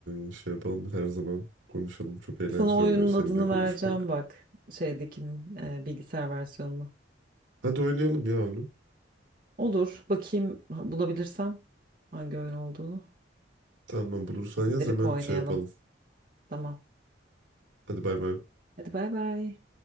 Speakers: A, on the right; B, on the right.
A: Ee, şey yapalım her zaman konuşalım. Çok eğlenceli
B: Sana oyunun
A: oluyor seninle
B: adını
A: konuşmak.
B: vereceğim bak. Şeydekinin e, bilgisayar versiyonunu.
A: Hadi oynayalım ya onu.
B: Olur. Bakayım bulabilirsem hangi oyun olduğunu.
A: Tamam bulursan
B: İndirip
A: yaz hemen
B: oynayalım.
A: şey yapalım.
B: Tamam.
A: Hadi bay bay.
B: Hadi bay bay.